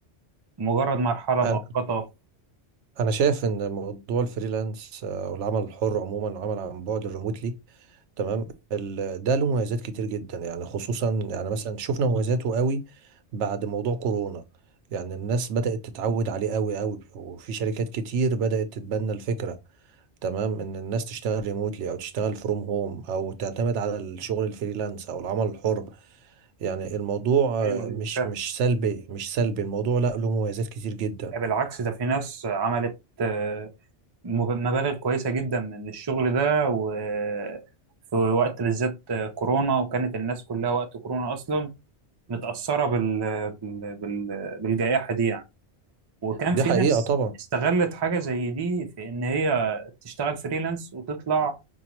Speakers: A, on the right; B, on the right.
A: مجرد مرحلة مؤقتة
B: انا انا شايف ان موضوع الفريلانس آه، او العمل الحر عموما عمل عن بعد الريموتلي تمام ال- ده له مميزات كتير جدا يعني خصوصا يعني مثلا شفنا مميزاته قوي بعد موضوع كورونا يعني الناس بدأت تتعود عليه قوي قوي وفي شركات كتير بدأت تتبنى الفكرة تمام ان الناس تشتغل ريموتلي او تشتغل فروم هوم او تعتمد على الشغل الفريلانس او العمل الحر يعني الموضوع
A: ايوه
B: آه،
A: ايوه
B: مش
A: فاهم
B: مش سلبي مش سلبي الموضوع لا له مميزات كتير جدا
A: بالعكس ده في ناس عملت آه، مب- مبالغ كويسة جدا من الشغل ده وفي وقت بالذات كورونا وكانت الناس كلها وقت كورونا أصلا متأثرة بال... بال... بال... بالجائحة دي يعني وكان
B: دي
A: في
B: حقيقة
A: ناس
B: طبعا
A: استغلت حاجة زي دي في إن هي تشتغل فريلانس وتطلع